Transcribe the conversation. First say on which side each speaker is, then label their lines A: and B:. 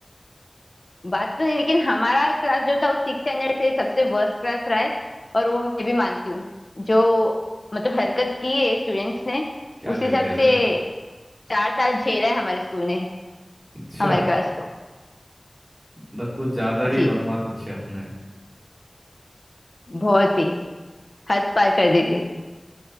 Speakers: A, on the left; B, on the right.
A: बात तो है लेकिन हमारा क्लास जो था वो सिक्स स्टैंडर्ड से सबसे वर्स्ट क्लास रहा है और वो मैं भी मानती हूँ जो मतलब हरकत की है स्टूडेंट्स ने
B: क्या
A: उस
B: कर
A: हिसाब
B: दिया था
A: से चार साल झेला है हमारे स्कूल ने
B: अच्छा
A: हमारे क्लास को
B: मतलब कुछ ज्यादा
A: जी
B: ही बदमाश बच्चे होंगे
A: बहुत ही हद पार कर दी थी